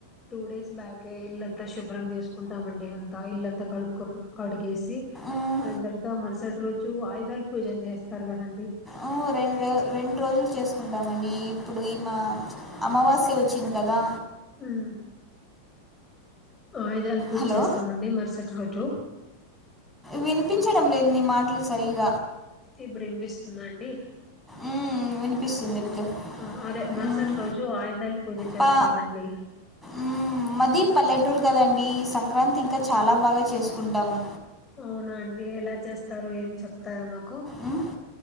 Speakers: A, on the left (about 20°); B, in the centre.
A: టూ డేస్ బ్యాకే ఇల్లంతా శుభ్రం చేసుకుంటామండి అంతా ఇల్లంతా కడుకు కడిగేసి
B: మ్,
A: ఆయన తర్వాత మరుసటి రోజు ఆయుధాలు పూజ చే స్తారు కదండి
B: మ్మ్ రెండు రో రెండు రోజులు చేసుకుంటామండి ఈ ఇప్పుడు మా అమావాస్ టు వచ్చింది కదా
A: హ్మ్. ఆయుధాల పూజ
B: హలో
A: చేస్తామండి మరుసటి రోజు
B: వినిపించడం లేదు నీ మాటలు సరీగ
A: ఇబ్బుడినిపిస్తుందా అండి.
B: ఉమ్ వినిపిస్తుంది ఇప్పుడు
A: ఆ అదే మరుసటి
B: ఉమ్
A: రోజు ఆయుధాలు పూజ చేస్తామండి
B: పా మ్మ్ మది పల్లెటూరు కదండి సంక్ క్రాంతి ఇంకా చాలా బాగా చేసుకుంటాము.
A: అవునా అండి ఎలా చేస్తారు? ఏం చెప్తారా మాక్
B: ఉం